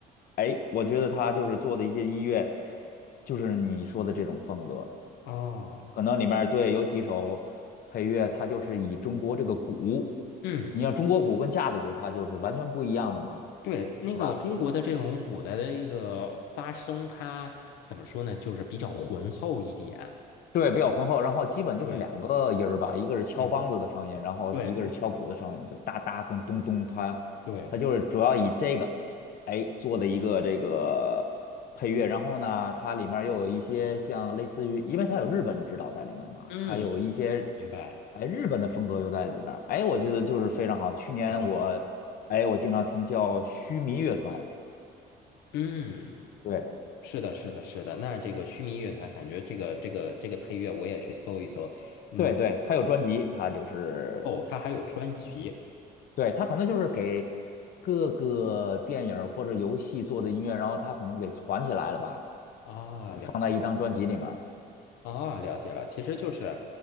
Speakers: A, on the left; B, on the left.
A: 哎，我觉得他就是做的一些音乐，就是你说的这种风格。
B: 哦，
A: 可能里面儿对有几首配乐，它就是以中国这个鼓，
B: 嗯，
A: 你像中国鼓跟架子鼓，它就是完全不一样的嘛。
B: 对，那个中国的这种鼓的一个发声，
A: 对吧？
B: 它怎么说呢？就是比较浑厚一点。
A: 对，比较浑厚，然后基本就是两个音儿吧，
B: 对，
A: 一个是敲梆子的声音，
B: 嗯，
A: 然后一个是敲鼓的声音，
B: 对
A: 就哒哒咚咚咚，它它就是主要以这个，
B: 对，
A: 哎，做的一个这个配乐，然后呢，它里面儿又有一些像类似于，因为它有日本指导在里面儿嘛，
B: 嗯，
A: 它有一些
B: 明白，
A: 哎日本的风格又在里面儿，哎，我觉得就是非常好。去年我哎我经常听叫须弥乐团，
B: 非常好。嗯。
A: 对
B: 是的，是的，是的。那这个须弥乐团，感觉这个这个这个配乐我也去搜一搜。嗯，
A: 对对，它有专辑，它就是。
B: 哦，它还有专辑
A: 对，他可能就是给各个电影儿或者游戏做的音乐，然后他可能给攒起来了吧，
B: 啊，
A: 就放在一张专辑里面儿
B: 了解啊，了解了。其实就是